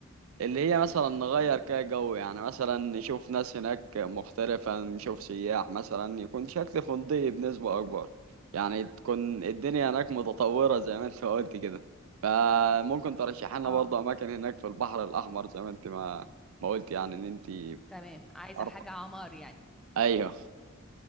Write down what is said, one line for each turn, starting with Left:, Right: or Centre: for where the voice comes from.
Right: اللي هي مثلا نغير
Centre: مم.
Right: كده جو يعني مثلا نشوف ناس هناك مختلفة نشوف سياح مثلا يكون شكل فندقي بنسبة أكبر يعني تكون الدنيا هناك متطورة زي ما انت ما قلت كده فممكن ترشح لنا
Centre: اه
Right: برضه أماكن هناك في البحر الأحمر زي ما انت ما ما قلت يعني إن انت
Centre: تمام عايزه
Right: عارفة
Centre: حاجه عمار يعني
Right: أيوه